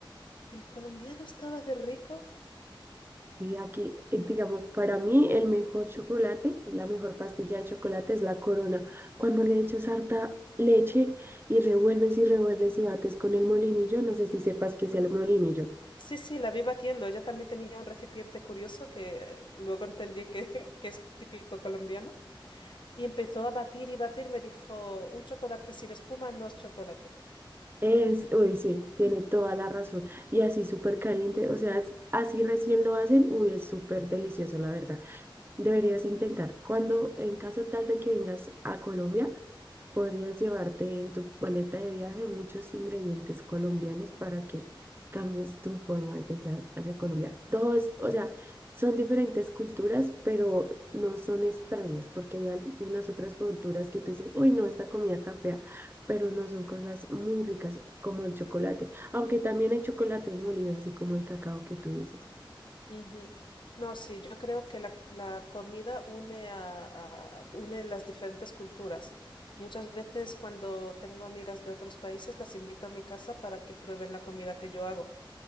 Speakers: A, on the left; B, on the right.
A: El colombiano estaba de rico.
B: Y aquí, eh, digamos, para mí el mejor chocolate, la mejor pastilla de chocolate es la Corona. Cuando le echas harta leche y revuelves y revuelves y bates con el molinillo, no sé si sepas qué es el molinillo.
A: Sí, sí, la vi batiendo. Ella también tenía un recipiente curioso que eh, luego entendí que, <laughs> que es típico colombiano. Y empezó a batir y batir. Me dijo, un chocolate sin espuma no es chocolate.
B: Es, uy, sí, tiene toda la razón. Y así súper caliente, o sea, es- así recién lo hacen, uy, es súper delicioso, la verdad. Deberías intentar. Cuando, en caso tal de que vengas a Colombia, Podrías llevarte en tu paleta de viaje muchos ingredientes colombianos para que cambies tu forma de pensar hacia Colombia. Dos, o sea, son diferentes culturas, pero no son extrañas, porque hay algunas otras culturas que tú dices, uy, no, esta comida tan fea, pero no son cosas muy ricas como el chocolate, aunque también hay chocolate molido, así como el cacao que tú dices.
A: Ujú. No, sí, yo creo que la, la comida une, a, a- une las diferentes culturas. Muchas veces cuando tengo amigas de otros países las invito a mi casa para que prueben la comida que yo hago